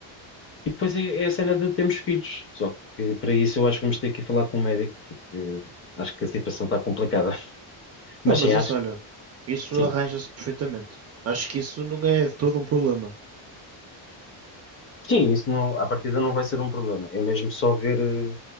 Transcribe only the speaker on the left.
E depois é, é a cena de termos filhos, só que para isso eu acho que vamos ter que ir falar com um médico, porque acho que a situação está complicada. Mas
sim, acho
que
sim.
Sim, isso não, à partida não vai ser um problema. É mesmo só ver, eh,